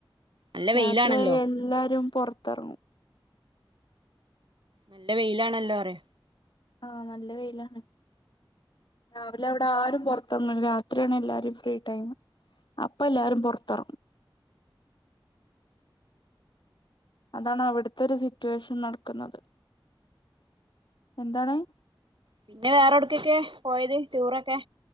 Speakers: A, on the right (about 70°); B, on the left (about 60°).
A: നല്ല വെയിലാണല്ലോ
B: യാത്രയ എല്ലാരും പൊറത്തറങ്ങും
A: നല്ല വെയിലാണല്ലോ അറ
B: ആ നല്ല വെയിലാണ് രാവിലെ അവിടെ ആരും പൊറത്തിറങ്ങല രാത്രിയാണ് എല്ലാരും ഫ്രീ ടൈം അപ്പൊ എല്ലാരും പൊറത്തിറങ്ങും അതാണ് അവിടുത്തെ ഒരു സിറ്റുവേഷൻ നടക്കുന്നത് എന്താണ്
A: പിന്നെ വേറെടക്കൊക്കെയ പോയത് ടൂറൊക്കെ